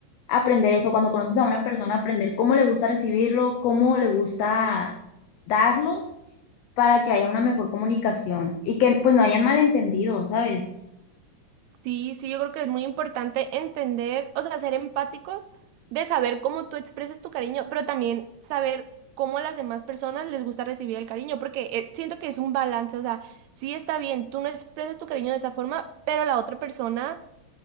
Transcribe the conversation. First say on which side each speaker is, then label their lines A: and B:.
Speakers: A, on the left (about 70°); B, on the right (about 80°).
A: aprender eso, cuando conoces a una persona, aprender cómo le gusta recibirlo, cómo le gusta darlo, para que haya una mejor comunicación y que pues no hayan malentendido, ¿sabes?
B: Sí, sí, yo creo que es muy importante entender, o sea, ser empáticos de saber cómo tú expresas tu cariño, pero también saber cómo a las demás personas les gusta recibir el cariño, porque eh, siento que es un balance, o sea, sí está bien, tú no expresas tu cariño de esa forma, pero a la otra persona